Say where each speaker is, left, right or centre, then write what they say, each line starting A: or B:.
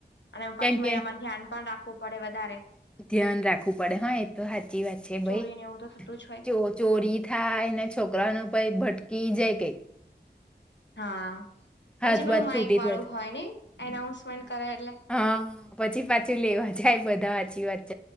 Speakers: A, on the left; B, in the centre.
A: અને પાછું
B: કેમ
A: મહિનામાં
B: કે
A: ધ્યાન પણ રાખવું પડે વધારે.
B: ધ્યાન રાખવું પડે હા એ તો સાચી વાત છે
A: ચોરી
B: ભાઈ.
A: ને એવું તો થતું જ હોય
B: ચો ચોરી થાય ને છોકરા ને ભાઈ ભટકી જાય કઈ.
A: હા. પછી
B: હાથ
A: પેલું
B: વાત
A: માઈક
B: છૂટી
A: વાળું
B: જાય.
A: હોય ને એનાઉન્સમેન્ટ કરે એટલે
B: હા પછી પાછું લેવા જાય બધા હાચી વાત.